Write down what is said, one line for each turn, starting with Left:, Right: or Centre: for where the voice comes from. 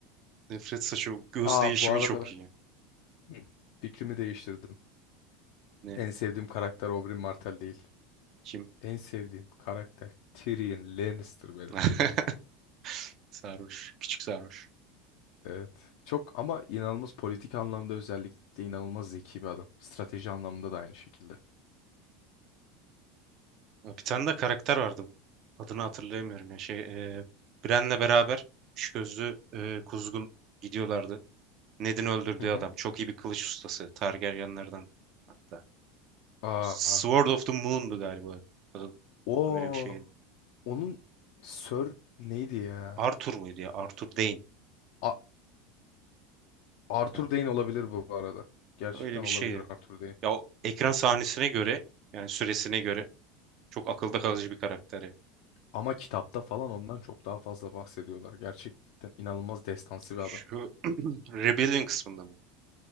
Right: Nefret saçı. Göz
Left: Aa
Right: değişimi
Left: bu arada
Right: çok
Left: ben
Right: iyi.
Left: Hı. fikrimi değiştirdim.
Right: Ne?
Left: En sevdiğim karakter Oberyn Martell değil.
Right: Kim?
Left: En sevdiğim karakter Tyrion Lannister benim.
Right: <laughs> Sarhoş. Küçük sarhoş.
Left: Evet. Çok ama inanılmaz politik anlamda özellikle inanılmaz zeki bir adam. Strateji anlamında da aynı şekilde.
Right: Bir tane de karakter vardı. Adını hatırlayamıyorum ya. Şey, e, Bren'le beraber üç gözlü e, kuzgun gidiyorlardı. Ned'in öldürdüğü
Left: Hı hı.
Right: adam. Çok iyi bir kılıç ustası. Targaryenlerden hatta.
Left: Aa.
Right: Sword of the Moon'du galiba. Adı
Left: O
Right: Öyle bir şeydi.
Left: onun Sir neydi ya?
Right: Arthur muydu ya? Arthur Dayne.
Left: A- Arthur
Right: Ya,
Left: Dayne olabilir bu bu arada. Gerçekten
Right: öyle bir
Left: olabilir
Right: şeydi.
Left: Arthur Dayne.
Right: Ya o ekran sahnesine göre yani süresine göre çok akılda kalıcı bir karakteri.
Left: Ama kitapta falan ondan çok daha fazla bahsediyorlar. Gerçekten inanılmaz destansı bir
Right: Şu
Left: adam.
Right: <clears throat> Rebellion kısmında mı?